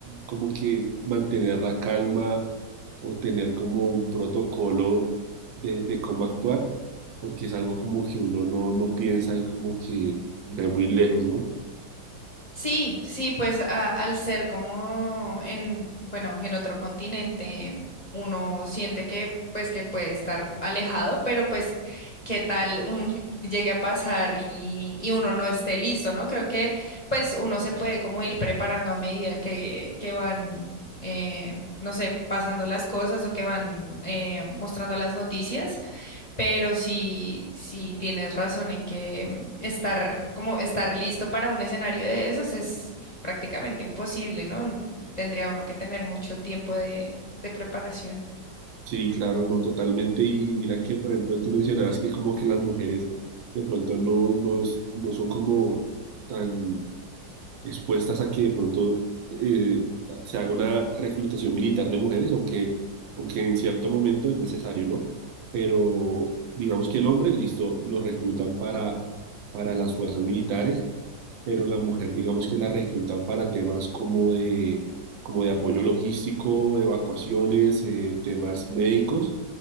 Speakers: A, on the right; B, on the left.
A: como que mantener la calma o tener como un protocolo de, de cómo actuar, porque es algo como que uno no, no piensa y como que ve muy lejos, ¿no?
B: Sí, sí, pues a- al ser como en, bueno, en otro continente, uno siente que pues que puede estar alejado, pero pues qué tal un, <laughs> llegue a pasar y, y uno no esté listo, ¿no? Creo que pues uno se puede como ir preparando a medida que, que van, eh, no sé, pasando las cosas o que van eh, mostrando las noticias. Pero sí, sí tienes razón en que mm, estar, como estar listo para un escenario de esos es prácticamente imposible, ¿no? Tendría uno que tener mucho tiempo de, de preparación.
A: Sí, claro, no, totalmente. Y, y mira que, por ejemplo, tú mencionabas que como que las mujeres de pronto no, no, es- no son como tan expuestas a que de pronto eh, se haga una reclutación militar de mujeres, aunque, aunque en cierto momento es necesario, ¿no? Pero digamos que el hombre, listo, lo reclutan para, para las fuerzas militares pero la mujer, digamos que la reclutan para temas como de, como de apoyo logístico, evacuaciones, eh, temas médicos,